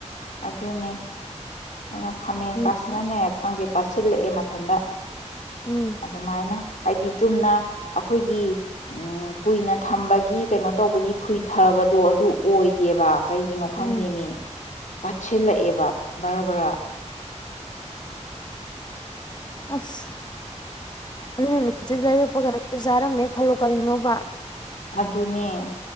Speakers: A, on the left; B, on the left.
A: ꯑꯗꯨꯅꯦ ꯑꯣ ꯈꯥꯃꯦꯟ
B: ꯎꯝ
A: ꯀꯥꯁꯤꯟꯅꯅꯦꯔ
B: ꯎꯝ
A: ꯈꯪꯗꯦ ꯄꯥꯁꯤꯜꯂꯛꯑꯦ ꯃꯊꯟꯇ
B: ꯎꯝ
A: ꯑꯗꯨꯃꯥꯏꯅ ꯍꯥꯏꯗꯤ ꯆꯨꯝꯅ ꯑꯩꯈꯣꯏꯒꯤ ꯀꯨꯏꯅ ꯊꯝꯕꯒꯤ ꯀꯩꯅꯣ ꯇꯧꯕꯒꯤ ꯈꯨꯨꯏꯊꯕꯗꯣ ꯑꯗꯨ ꯑꯣꯏꯗꯦꯕ ꯀꯩꯒꯤꯅꯣ ꯈꯪꯗꯦꯃꯤ
B: ꯎꯝ
A: ꯄꯥꯠꯁꯤꯜꯂꯛꯑꯦꯕ ꯕꯔꯥ ꯕꯔꯥ
B: ꯑꯁ ꯑꯗꯨ ꯅꯨꯃꯤꯠꯇꯨ ꯂꯩꯔꯛꯄ ꯀ ꯆꯥꯔꯝꯃꯦ ꯈꯜꯂꯣ ꯀꯔꯤꯅꯣꯕ
A: ꯑꯗꯨꯅꯦ